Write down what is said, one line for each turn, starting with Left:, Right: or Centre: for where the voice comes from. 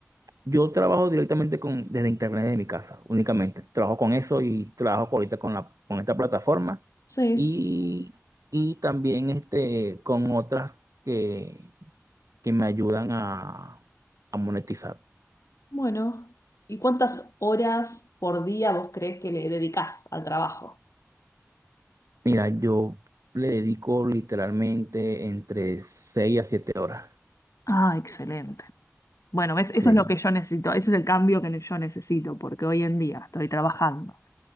Right: Yo trabajo directamente con, desde internet de mi casa, únicamente. Trabajo con eso y trabajo ahorita con la, con esta plataforma
Left: Sí,
Right: y, y también este, con otras que, que me ayudan a, a monetizar.
Left: bueno. ¿Y cuántas horas por día vos crees que le dedicás al trabajo?
Right: Mira, yo le dedico literalmente entre 6 a 7 horas.
Left: Ah, excelente. Bueno, ¿ves?
Right: Sí.
Left: Eso es lo que yo necesito, ese es el cambio que yo necesito, porque hoy en día estoy trabajando